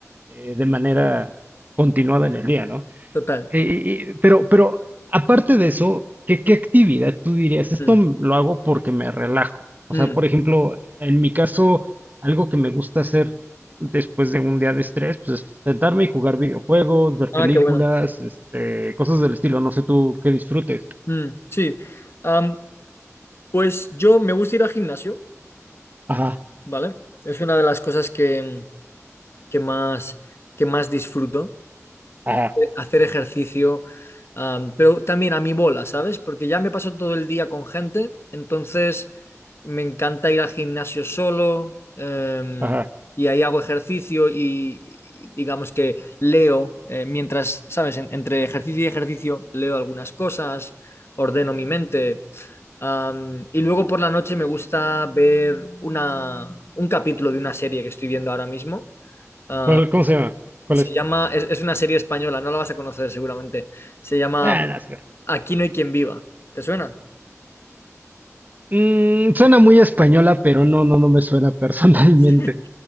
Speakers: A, on the right (about 35°); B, on the left (about 50°).
A: eh, de manera continuada en el día, ¿no?
B: total.
A: Eh, y- pero, pero aparte de eso, ¿qué, qué actividad tú dirías? Esto
B: Mm,
A: m- lo hago porque me relajo. O
B: mm.
A: sea, por ejemplo, en mi caso, algo que me gusta hacer después de un día de estrés, pues es sentarme y jugar videojuegos, ver
B: Ah,
A: películas,
B: qué bueno.
A: este, cosas del estilo. No sé tú qué disfrutes.
B: Mm, sí. Am, Pues yo me gusta ir al gimnasio,
A: Ajá,
B: ¿vale? Es una de las cosas que, que más, que más disfruto,
A: ajá,
B: hacer ejercicio, am, pero también a mi bola, ¿sabes? Porque ya me paso todo el día con gente, entonces me encanta ir al gimnasio solo, em,
A: ajá.
B: y ahí hago ejercicio y, y digamos que leo, eh, mientras, ¿sabes? En- entre ejercicio y ejercicio leo algunas cosas, ordeno mi mente. Am, y luego por la noche me gusta ver una, un capítulo de una serie que estoy viendo ahora mismo. Ah,
A: ¿Cuál, cómo se llama? ¿Cuál
B: se
A: es?
B: llama, es, es una serie española, no la vas a conocer seguramente. Se llama
A: Ah, no sé.
B: Aquí no hay quien viva. ¿Te suena?
A: Mm, suena muy española, pero no, no, no me suena <laughs> personalmente.
B: <laughs>